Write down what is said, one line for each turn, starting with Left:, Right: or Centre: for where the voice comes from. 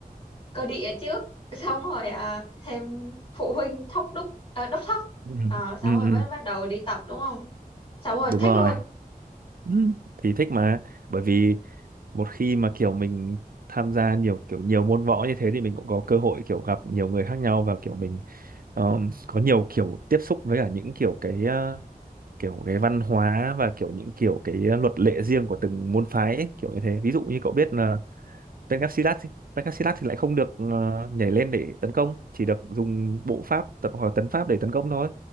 Left: cơ địa trước xong rồi à, thêm phụ huynh thóc đúc à, đốc thóc
Right: Ừ.
Left: Ờ, xong
Right: Ừ,
Left: rồi
Right: ừ,
Left: mới bắt đầu đi tập đúng không xong rồi
Right: đúng
Left: thích
Right: rồi
Left: luôn
Right: ừ, thì thích mà bởi vì một khi mà kiểu mình tham gia nhiều kiểu nhiều môn võ như thế thì mình cũng có cơ hội kiểu gặp nhiều người khác nhau và kiểu mình um, có nhiều kiểu tiếp xúc với cả những kiểu cái ờ, kiểu cái văn hóa và kiểu những kiểu cái luật lệ riêng của từng môn phái ấy, kiểu như thế ví dụ như cậu biết là Pencastilat thì- Pencastilat thì lại không được ờ, nhảy lên để tấn công chỉ được dùng bộ pháp tấn, hoặc là tấn pháp để tấn công thôi